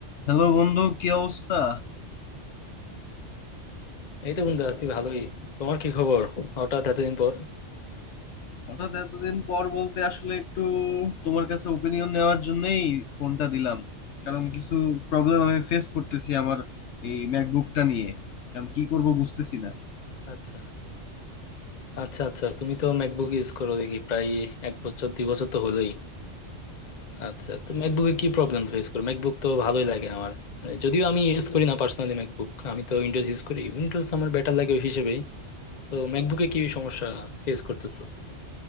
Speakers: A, on the left; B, on the left.
A: Hello বন্ধু কি অবস্থা
B: এই তো বন্ধু আছি ভালোই তোমার কি খবর হঠাৎ এতদিন পর
A: হঠাৎ এতদিন পর বলতে আসলে একটু তোমার কাছে ওপিনিয়ন নেওয়ার জন্যই ফোনটা দিলাম কারণ কিছু প্রবলেম আমি ফেস করতেছি আমার এই ম্যাকবুকটা নিয়ে কারণ কি করব বুঝতেছি না
B: আচ্ছা আচ্ছা আচ্ছা তুমি তো ম্যাকবুক ইউজ করো দেখি প্রায় এক বছর দুই বছর তো হলোই আচ্ছা তো ম্যাকবুকে কি প্রবলেম ফেস করো ম্যাকবুক তো ভালোই লাগে আমার মানে যদিও আমি ইউজ করি না পার্সোনালি ম্যাকবুক আমি তো উইন্ডোজ ইউজ করি উইন্ডোজ আমার বেটার লাগে ওই হিসেবেই তো ম্যাকবুকে কি সমস্যা ফেস করতেছো